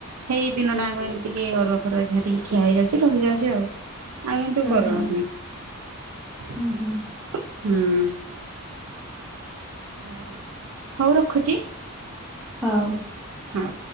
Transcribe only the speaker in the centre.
ଓହୋ
ହଁ ହଁ ହଁ
ହଉ।